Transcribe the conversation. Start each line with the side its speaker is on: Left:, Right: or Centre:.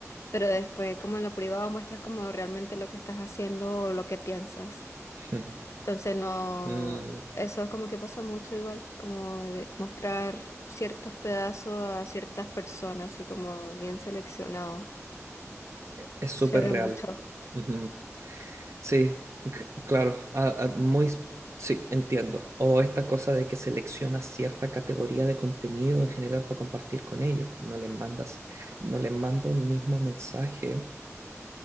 Left: Pero después, como en lo privado, muestras como realmente lo que estás haciendo o lo que piensas.
Right: ujú.
Left: Entonces no,
Right: Mm.
Left: eso como que pasa mucho igual, como de mostrar ciertos pedazos a ciertas personas, así como bien seleccionado.
Right: e, Es súper
Left: Se ve
Right: real.
Left: mucho.
Right: Ujú. Sí, c- claro, a- a- muy, s- sí, entiendo. O esta cosa de que seleccionas cierta categoría de contenido en general para compartir con ellos. No les mandas, no les mando el mismo mensaje